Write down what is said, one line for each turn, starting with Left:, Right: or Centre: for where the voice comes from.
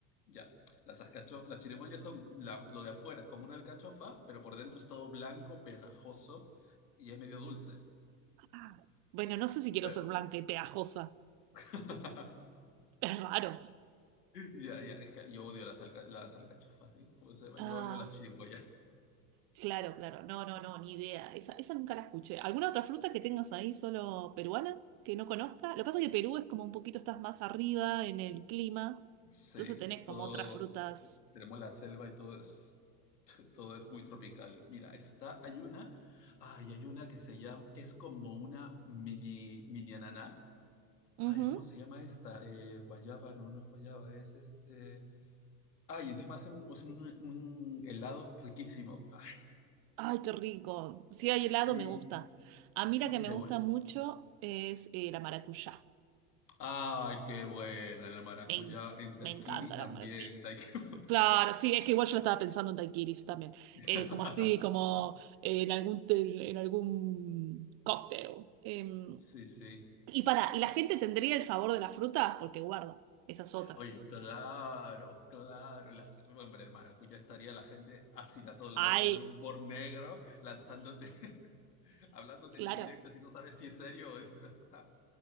Left: Ya, las, alcacho- las chirimoyas son la- lo de afuera, es como una alcachofa, pero por dentro es todo blanco, pegajoso y es medio dulce.
Right: Ah, Bueno, no sé si quiero
Left: Pero,
Right: ser blanca y pegajosa.
Left: <laughs>
Right: Es raro.
Left: ya, ya, es que yo odio las, alca- las alcachofas, digo, ¿cómo se llama?
Right: Ah,
Left: Yo odio las chirimoyas.
Right: Claro, claro. No, no, no, ni idea. Esa, esa nunca la escuché. ¿Alguna otra fruta que tengas ahí solo peruana que no conozca? Lo que pasa es que Perú es como un poquito, estás más arriba en el clima.
Left: Sí,
Right: Entonces tenés
Left: todo,
Right: como otras frutas.
Left: tenemos la selva y todo es... <laughs> Todo es muy tropical. Mira, está, hay una, ay, hay una que se llama, que es como una mini, mini ananá.
Right: Ujú.
Left: Ay, ¿cómo se llama esta? Eh, guayaba, no, no es guayaba, es este. Ay, encima hacen un, hacen un- un helado riquísimo. Ay,
Right: Ay, qué rico. Si hay
Left: sí,
Right: helado, me gusta. A
Left: sí.
Right: mí la que
Left: y
Right: me
Left: lo
Right: gusta
Left: bue-
Right: mucho es eh, la maracuyá.
Left: Ay, qué buena la maracuyá
Right: Me, en-
Left: en Daiquiri
Right: me encanta
Left: también.
Right: la maracuyá.
Left: Daiquiri.
Right: Claro, sí, es que igual yo la estaba pensando en daiquiris también.
Left: <laughs>
Right: Eh, como así, como en algún, tel- en algún cóctel. Em,
Left: Sí, sí.
Right: Y para, ¿y la gente tendría el sabor de la fruta? Porque guarda, esa es otra.
Left: Oye, claro, claro. la- hombre, el maracuyá estaría la gente ácida todo el
Right: Ay,
Left: rato con un humor negro, lanzándote, <laughs> hablándote
Right: claro,
Left: en indirecto, si no sabes si es serio o es verdad.